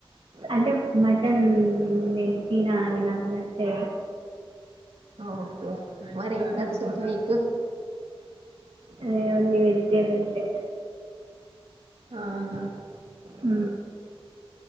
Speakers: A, on the right; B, on the right.
A: అంటే మటన్ నేను తిన అది నాకు నచ్చదు
B: ఆ ఓకే మరి ఏం
A: సో
B: నచ్చిద్ది మీకు
A: అది ఓన్లీ వెజిటేబుల్సే
B: ఆహా
A: ఊ